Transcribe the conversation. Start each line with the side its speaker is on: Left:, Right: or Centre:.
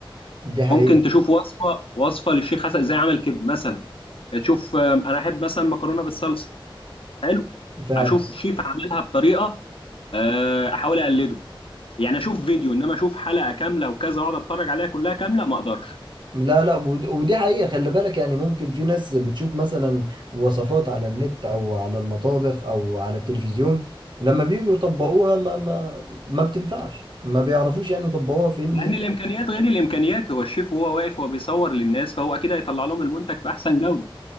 Right: دي حقيقة
Left: ممكن تشوف وصفه وصفه للشيخ حسن ازاي عمل كبد مثلا آه، تشوف آم، انا احب مثلا مكرونه بالصلصه حلو
Right: فعلا
Left: اشوف شيف عملها بطريقه آه، احاول اقلده يعني اشوف فيديو انما اشوف حلقه كامله وكذا واقعد اتفرج عليها كلها كامله ما اقدرش
Right: لا لا ود- ودي حقيقة خلي بالك يعني ممكن في ناس بتشوف مثلا وصفات على النت او على المطابخ او على التلفزيون لما بييجوا يطبقوها ما ما ما بتنفعش ما بيعرفوش يعني يطبقوها فاهمني
Left: لان
Right: ايه
Left: الامكانيات غير الامكانيات هو الشيف وهو واقف وهو بيصور للناس فهو اكيد هيطلع لهم المنتج في احسن جوده